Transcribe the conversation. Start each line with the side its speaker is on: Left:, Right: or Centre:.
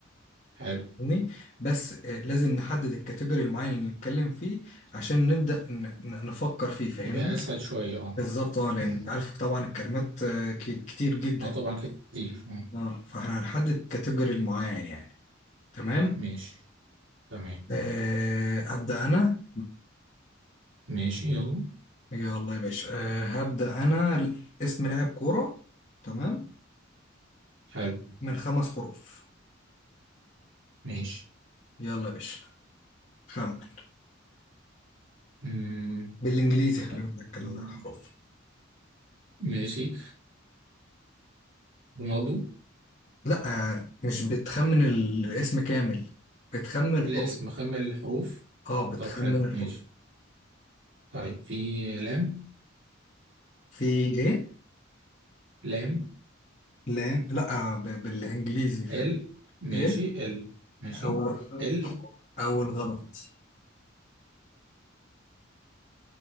Right: حلو
Left: فاهمني؟ بس آه، لازم نحدد الكاتيجوري المعين اللي نتكلم فيه عشان نبدأ ن- ن- نفكر فيه فاهمني
Right: يبقى اسهل شويه اه
Left: بالظبط اه لأن
Right: امم
Left: انت عارف طبعا الكلمات آه، ك- كتير جدا
Right: اه
Left: يعني
Right: طبعا كتير اه
Left: اه فاحنا هنحدد الكاتيجوري المعين يعني تمام
Right: ماشي تمام
Left: آه، أبدأ أنا
Right: ماشي يلا
Left: يلا يا باشا أه هبدأ أنا اسم لاعب كورة تمام
Right: حلو
Left: من خمس حروف
Right: ماشي
Left: يلا يا باشا خمن
Right: امم
Left: بالإنجليزي خلي
Right: طب،
Left: بالك الحروف
Right: أمم، ماشي رونالدو
Left: لا أه مش بتخمن ال- الاسم كامل بتخمن
Right: الاسم
Left: الحروف
Right: مخمل الحروف
Left: اه بتخمن
Right: طب حلو
Left: الحروف
Right: ماشي طيب في لام
Left: في إيه؟
Right: لام
Left: لا لا آه، ب- بالإنجليزي فاهم
Right: ال ماشي
Left: إيه؟
Right: ال ماشي
Left: أول
Right: ال
Left: أول غلط